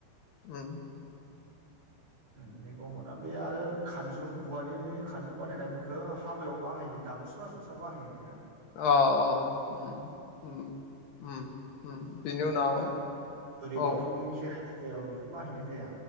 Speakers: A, on the left; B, on the right.
A: उम
B: ओम बे गंगोना बे आरो खानजुं औवानि खानजुं बानायना बेखौ हाबायाव। बाहायो दाबो सरासनस्रा बाहायो बिखो।
A: अ अ उम उम उम। बिनि
B: बिखोनो
A: उनाव
B: बोलिबाथ'
A: औ
B: बे खेराइ फुजायाव बेखौ बाहायनाय जाया।